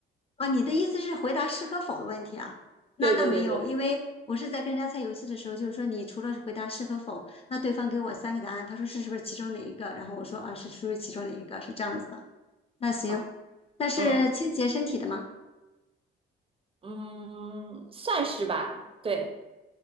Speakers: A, on the left; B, on the right.
A: 啊，你的意思是回答是和否的问题啊？那那没有，
B: 对对对对对，
A: 因为我是在跟人家猜游戏的时候，就是说你除了回答是和否，那对方给我三个答案，他说是是不是其中哪一个？然后我说啊是属于其中哪一个，是这样子的。那行，
B: 啊，
A: 那是清洁身体的吗？
B: 嗯嗯，算是吧。对